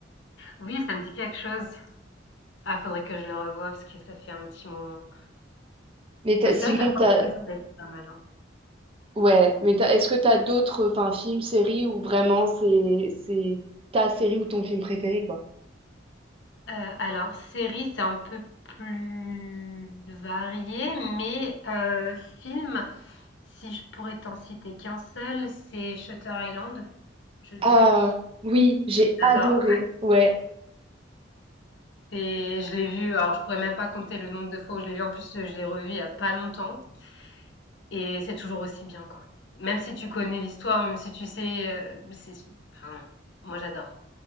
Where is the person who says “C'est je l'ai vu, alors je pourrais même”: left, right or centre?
Left